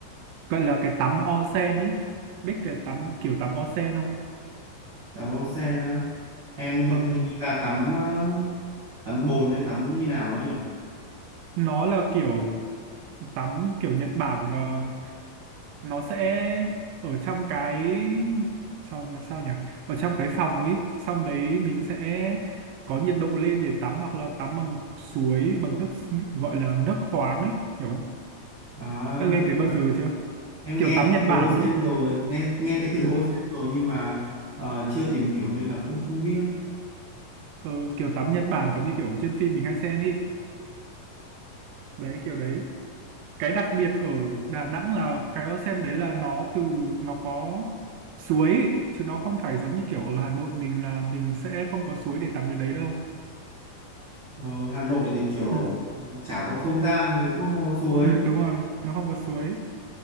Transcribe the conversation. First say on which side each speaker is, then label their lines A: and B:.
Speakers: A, on the right (about 80°); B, on the right (about 50°).
A: gọi là cái tắm onsen ý biết cái tắm kiểu tắm onsen không
B: tắm ốc sen á em hình,
A: ờ
B: hình như là tắm ờ, tắm bồn hay tắm như nào ấy nhỉ
A: nó là kiểu tắm kiểu Nhật Bản mà nó sẽ ở trong cái sao là sao nhỉ ở trong cái phòng ấy xong đấy mình sẽ có nhiệt độ lên để tắm hoặc là tắm bằng suối bằng nước, nước gọi là nước khoáng ấy hiểu không
B: à,
A: đã nghe
B: nước
A: tới bao
B: khoáng.
A: giờ chưa
B: em
A: kiểu
B: nghe
A: tắm
B: cái
A: Nhật
B: từ
A: Bản
B: ocean
A: ấy
B: rồi nghe nghe cái từ
A: ừ,
B: ocean rồi nhưng mà ờ, chưa tìm hiểu nên là cũng không biết
A: ờ, kiểu tắm Nhật Bản giống như kiểu trên phim mình hay xem ấy đấy kiểu đấy cái đặc biệt ở Đà Nẵng là cái onsen đấy là nó từ nó có suối ý, chứ nó không phải giống như kiểu ở Hà Nội mình là mình sẽ không có suối để tắm cái đấy đâu
B: Ờ, Hà Nội thì kiểu
A: ừ.
B: chả có không gian thì cũng có hồ suối
A: ừ đúng rồi nó không có suối